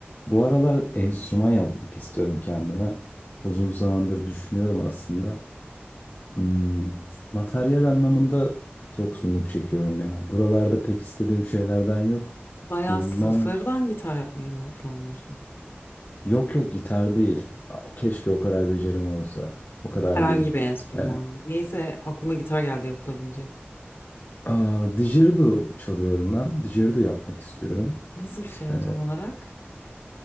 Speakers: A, on the left; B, on the left.
A: Bu aralar enstrüman yapmak istiyorum kendime. Uzun zamandır düşünüyorum aslında. Hmm, materyal anlamında yoksunluk çekiyorum ya. Buralarda pek istediğim şeylerden yok.
B: Bayağı
A: Bulmam.
B: sıfırdan gitar yapmayı mı planlıyorsun?
A: Yok yok gitar değil. Aa, Keşke o kadar becerim olsa. O kadar
B: Herhangi
A: değil.
B: bir enstrüman
A: Ee,
B: mı? Neyse aklıma gitar geldi yapılabilecek.
A: aa, didgeridoo çalıyorum ben. Didgeridoo yapmak istiyorum.
B: Nasıl bir şey
A: Ee,
B: o tam olarak?